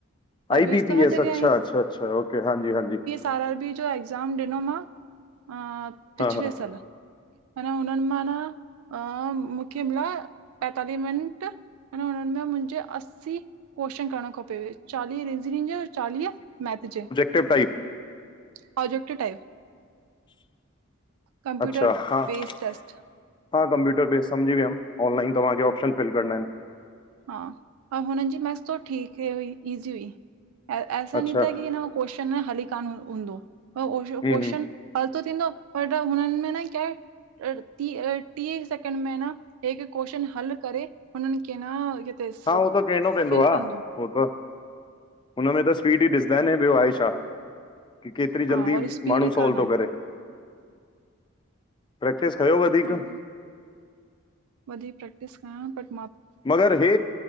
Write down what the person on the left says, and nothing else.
आई
बी पी
एस
अच्छा अच्छा अच्छा ओके हां जी हां जी।
हा
हा
ट टाइप।
अच्छा हा। ह
कप्यूटर बेस समझी वियम ऑनलाइन तवाँखे ऑपशन फिल करणा आहिन।
अच्छा,
हम्म
हम्म,
हा हो त कहणो पवंदो
आ,
हो त, हुनमें त स्पीड ई ॾिसदा न ब्यो आहे छा? की केतरी
जल्दी
माण्हू
सोल्व
तो करे। प्रेक्टीस कयो वधीक।
मगर हे